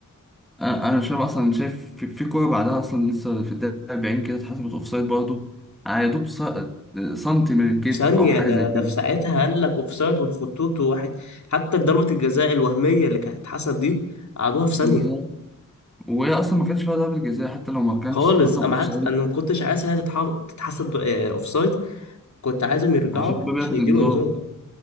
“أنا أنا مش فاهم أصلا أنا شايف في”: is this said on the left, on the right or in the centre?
Centre